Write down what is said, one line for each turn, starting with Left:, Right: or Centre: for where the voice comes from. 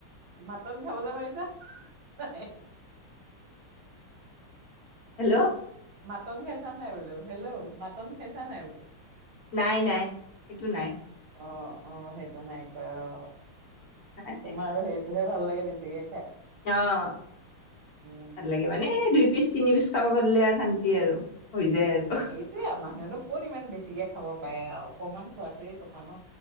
Right: মাটন খাবলৈ পাইছা নাই?
Left: হেল্ল।
Right: মাটন খাইছা নাই বোলো হেল্লো মাটন খাইছা নাই বোলো।
Left: নাই নাই সেইটো নাই।
Right: অ', অ' সেইটো নাই কৰা অ'।
Left: নহয়
Right: তোমাৰ সেই তটোহে ভাল লাগে বেছিকে। খাই
Left: অ'।
Right: উম
Left: মানে, দুই পিচ তিনি পিচ খাব পাৰিলে আৰু শান্তি আৰু হৈ যায় আৰু।
Right: সেইটোৱেই, মানুহনো ক'ত ইমান বেছিকে খাব পাৰে আৰু অকনমান খোৱাাতোৱে কথা ন।